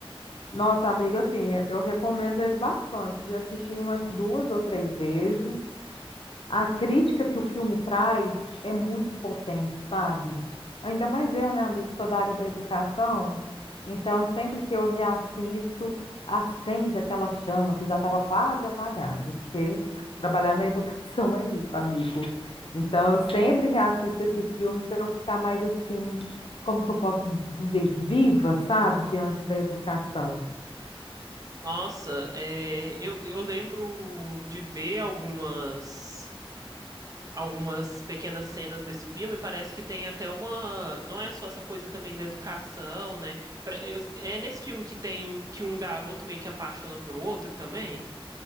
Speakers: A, on the left; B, on the right.
A: Nossa, amiga, assim, eu recomendo ele bastante, já assisti umas duas ou três vezes, a crítica que o filme traz é muito potente, sabe? Ainda mais eu, né, amigo, que sou da área da educação. Então, sempre que eu reassisto, acende aquela chama que já estava quase apagada, porque trabalhar na educação é isso, amigo. Então, eu sempre reassisto esse filme para eu ficar mais assim, como que eu posso dizer, viva, sabe, diante da educação.
B: Nossa, é, eu, eu lembro de ver algumas. algumas pequenas cenas desse filme, parece que tem até uma. Não é só essa coisa também da educação, né? Pra- eu- É nesse filme que tem que um garoto meio que apaixona por outro também.